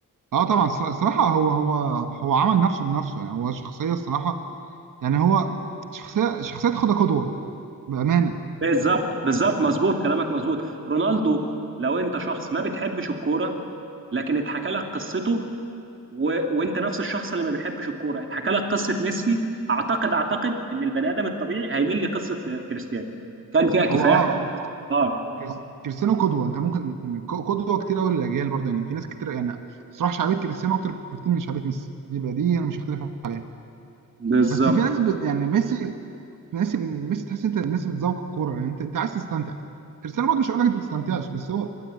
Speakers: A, on the right; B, on the right.
A: اه طبعا الصرا- الصراحه هو هو هو عمل نفسه بنفسه يعني هو شخصيه الصراحه يعني هو شخصيه شخصيه تاخدها قدوه بامانه
B: بالظبط بالظبط مظبوط كلامك مظبوط رونالدو لو انت شخص ما بتحبش الكوره لكن اتحكى لك قصته و... وانت نفس الشخص اللي ما بيحبش الكوره اتحكى لك قصه ميسي اعتقد اعتقد ان البني ادم الطبيعي هيميل لقصه كريستيانو كان فيها كفاح
A: هو اه
B: اه
A: كريس- كريستيانو قدوه انت ممكن ق- قدوه كتير قوي للاجيال برضه يعني في ناس كتير يعني صراحه شعبيه كريستيانو اكتر بكتير من شعبيه ميسي دي بقى دي انا مش هختلف عنها.
B: بالظبط
A: بس في ناس بت يعني ميسي ميسي ميسي تحس انت الناس بتذوق الكوره يعني انت انت عايز تستمتع كريستيانو برضه مش هقول لك انت ما بتستمتعش بس هو